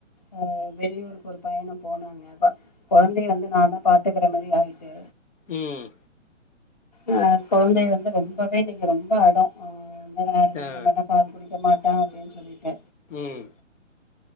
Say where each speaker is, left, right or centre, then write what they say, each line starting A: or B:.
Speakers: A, on the left; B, on the left.
A: ஆ வெளியூருக்கு ஒரு பயணம் போனாங்க ப கொழந்தய வந்து நா தா பாத் துக்கிற மாரி ஆயிட்டு
B: உம்
A: ஆ கொழந்தை வந்து ரொம்பவே இன்னிக் ரொம்ப அடோ ஆ எந்திரிக்க
B: ஆ
A: மாட்டா பால் குடி ய மாட்டா அப்டின்னு சொல்லிட்டு
B: உம்